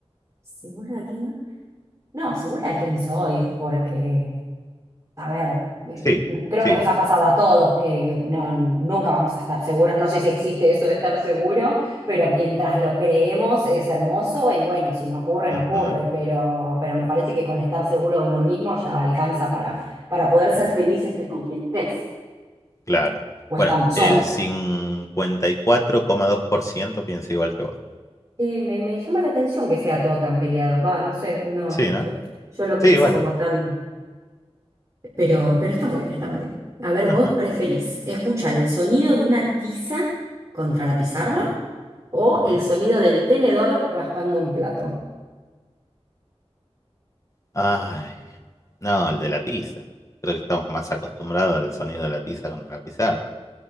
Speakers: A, on the right; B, on the left.
A: ¿segura de quién? No, segura de quién soy, porque, a ver, eh,
B: sí.
A: no- creo
B: sí,
A: que nos ha pasado a todos que no, nunca vamos a estar seguros. No sé si existe eso de estar seguro, pero mientras lo creemos es hermoso y bueno, si no ocurre, no
B: Ujú,
A: ocurre, pero, pero me parece que con estar seguro de uno mismo ya alcanza para, para poder ser feliz estés con quien estés
B: claro.
A: o
B: Bueno,
A: estando
B: el
A: solo.
B: cincuenta y cuatro coma dos por ciento piensa igual que vos.
A: Sí, me, me llama la atención que sea todo tan peleado. Va, no sé, uno,
B: Sí, ¿no?
A: yo, yo lo pienso
B: Sí, bueno.
A: como tan. Pero, pero está muy bien, está muy bien. A ver,
B: Ajá.
A: ¿vos preferís escuchar el sonido de una tiza contra la pizarra?
B: ujú,
A: O
B: ujú.
A: el sonido del tenedor raspando un plato.
B: Ay, no, el de la tiza. Creo que estamos más acostumbrados al sonido de la tiza contra la pizarra.